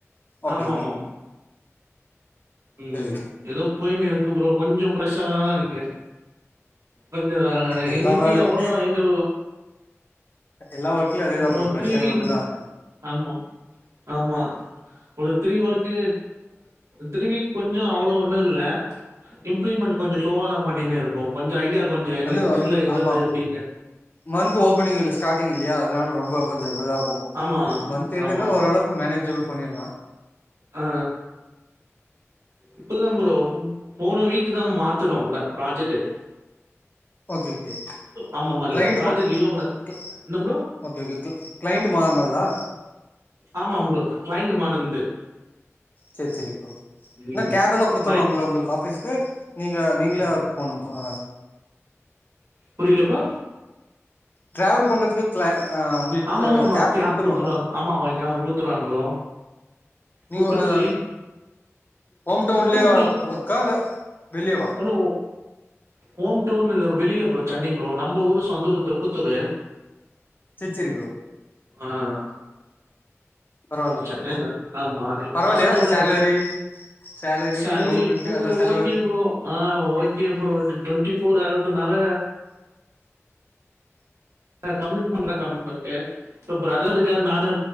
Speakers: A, on the left; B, on the right.
A: ஓகே
B: ஆமாமாமா.
A: ஓகே
B: ம்
A: சரி
B: ஏதோ போயினு இருக்கு ப்ரோ கொஞ்ச ப்ரஷராதா இருக்கு கொஞ்ச
A: எல்லா
B: இன்னிக்கு
A: வேலைக்கு
B: அவ்ளவா எந்து
A: எல்லா ஒர்க்லயும் அதே தான் ப்ரோ
B: ஒரு
A: ப்ரெஷர்
B: த்ரீ வீக்
A: ஒன்று தான்
B: ஆமா ஆமா ஒரு த்ரீ ஒர்கு த்ரீ வீக் கொஞ்ச அவ்ளோ ஒன்னு இல்ல இம்ப்ளிமெண்ட் கொஞ்ச ஸ்லோவா தா பண்ணினு இருக் கொஞ்ச ஐடியா கொஞ்ச எங்களுக்கு
A: அது
B: தெரில எதது
A: ஆமா
B: அப்டினு
A: மந்த் ஓப்பனிங் இல்ல ஸ்டார்டிங் இல்லையா அதனால ரொம்ப கொஞ்ச இதுவா போகு
B: ஆமா,
A: மந்த் என்டுனா
B: ஆமா.
A: ஓரளவுக் கு மேனேஜபிள் பண்ணிர்லா
B: ஆ இப்பதா ப்ரோ போன வீக்குதா மாத்துனோ ல ப்ராஜெக்டு
A: ஓகே ஓகே
B: ஆமாமா
A: க்ளைண்ட்
B: ப்ராஜெக்ட்
A: ம
B: லியோ கூட
A: க்
B: என்ன ப்ரோ?
A: ஓகே ஓகே கிளண்ட் மாருனதா
B: ஆமா ப்ரோ கிளைன்டு மறுந்து
A: சரி சரி ப்ரோ என்ன
B: ம்.
A: கேப் எல்லா குடுத்துருவாங்ள
B: கிளையண்ட்
A: உங்களுக்கு ஆப் பீஸ்க்கு நீங்க நீங்களே போணுமா
B: புரில ப்ரோ
A: டிராவல் பண்றதுக்கு கிளா ஆ உங்களுக்கு
B: ஆமாஆமாஆமா கேப்
A: குடுத்துருவாங்களா
B: குடுத்துருவாங்க ஆமா ஆமா குத்துருவாங்க ப்ரோ ஃபுட்
A: நீங்க ஓ அதா
B: ஃப்ரீ.
A: ஹோம்டவுன்லே
B: ஃபுட்டும் ஃப்ரீ.
A: ஒர்க்கா இல்ல வெளியவா
B: ஹலோ ஹோம் டவுன் இல்ல வெளில ப்ரோ சென்னை ப்ரோ நம்ம ஊரு சொந்த ஊரு திருப்பத்தூரு
A: செர் செரி ப்ரோ
B: ஆஹ்
A: பரவால்ல
B: சென்னைல
A: ப்ரோ
B: ஆமா
A: பரவால்லையா
B: பசங்களோட
A: சேலரி
B: இருக்க
A: சேலரி
B: சரி
A: ரூம் ரெண்ட்
B: ப்ரோ
A: எல்லா செலவு
B: ஓகே ப்ரோ ஆஹ் ஓகே ப்ரோ டுவெண்ட்டி ஃபோர் ஆர்துனால கமிட்மெண்ட் தா கமிட்மெண்ட்டு இப்போ பிரதர் இருக்காரு நானு